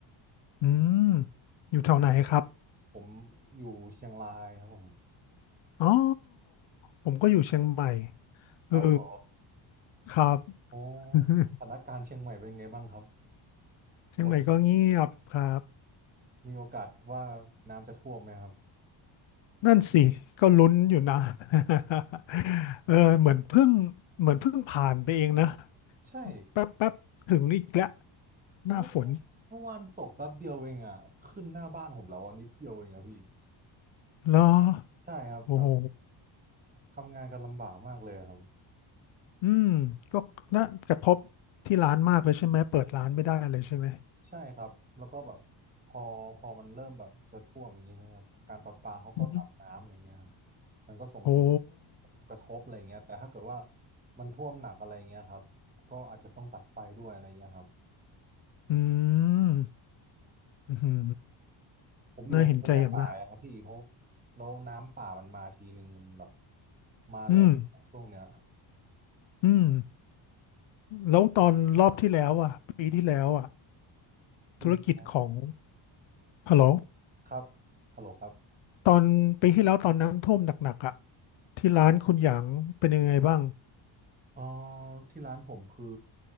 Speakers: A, on the left; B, on the right.
A: อืมอยู่แถวไหนครับ
B: ผมอยู่เชียงรายครับผม
A: อ๋อผมก็อยู่เชียงใหม่เออ
B: เอาเหรอ
A: ครับ
B: โอ้
A: <laughs>
B: สถานการณ์เชียงใหม่เป็นไงบ้างครับ
A: เชียงใหม่ก็เงียบครับ
B: ฝนมีโอกาสว่าน้ำจะท่วมไหมครับ
A: นั่นสิก็ลุ้นอยู่นะ <laughs> เออเหมือนเพิ่งเหมือนเพิ่งผ่านไปเองนะ
B: ใช่
A: แป๊บแป๊บถึงอีกแล้วหน้าฝน
B: เมื่อเมื่อวานตกแป๊บเดียวเองอ่ะขึ้นหน้าบ้านผมแล้วอ่ะนิดเดียวเองอ่ะพี่
A: เหรอ
B: ใช่ครับแบบ
A: โอ้โห
B: ทำงานกันลำบากมากเลยอะครับ
A: อืมก็น่ากระทบที่ร้านมากเลยใช่ไหมเปิดร้านไม่ได้เลยใช่ไหม
B: ใช่ครับแล้วก็แบบพอพอมันเริ่มแบบจะท่วมอย่างนี้ใช่ไหมครับการประปาเขาก็ตัดน้ำอะไรเงี้ยครับ
A: อือฮึ
B: มันก็ส่งผล
A: โอ้
B: กระทบอะไรเงี้ยแต่ถ้าเกิดว่ามันท่วมหนักอะไรเงี้ยครับก็อาจจะต้องตัดไฟด้วยอะไรเงี้ยครับ
A: อืมอือหือ
B: ผมอยู่อำเภอแม่สายอะครับพี่เพราะ
A: น่าเห็นใจอย่างมาก
B: แล้วน้ำป่ามันมาทีหนึ่งมันแบบมาแรงช่วงเนี้ย
A: อืมอืมแล้วตอนรอบที่แล้วอ่ะปีที่แล้วอ่ะ
B: เฮ้
A: ธุรกิจของฮัลโหล
B: ครับฮัลโหลครับ
A: ตอนปีที่แล้วตอนน้ำท่วมหนักๆอ่ะที่ร้านคุณหยางเป็นยังไงบ้าง
B: ครับเอ่อที่ร้านผมคือ